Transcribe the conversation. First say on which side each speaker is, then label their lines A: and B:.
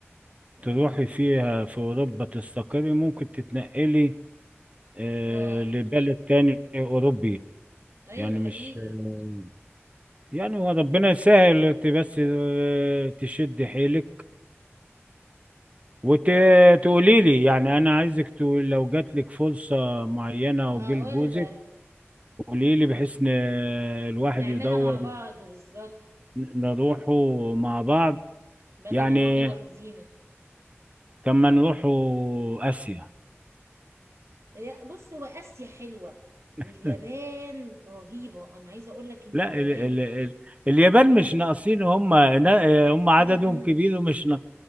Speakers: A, on the right (about 80°); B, on the right (about 30°).
A: امم
B: تروحي فيها في اوروبا تستقري ممكن تتنقلي آه،
A: اه
B: لبلد تاني اوروبي
A: ايوه
B: يعني
A: ده حقيقي
B: مش آه، يعني هو ربنا يسهل انت بس آه، تشدي حيلك وتقولي
A: اه
B: لي يعني انا عايزك تقول لو جات لك فرصه معينه
A: هقول
B: وجيل جوزك
A: لك
B: قولي لي بحيث ان الواحد
A: نعملها
B: يدور
A: مع بعض بالظبط
B: نروحوا مع بعض
A: بدل
B: يعني
A: ما نروح لوحدينا
B: كما نروحوا اسيا
A: هي- بص هو اسيا حلوه واليابان
B: <laughs>
A: رهيبه انا عايزه اقول لك ان
B: لا
A: اليابان
B: ال ال ال اليابان مش ناقصين هم نا- هم عددهم
A: <laughs>
B: كبير ومش نا-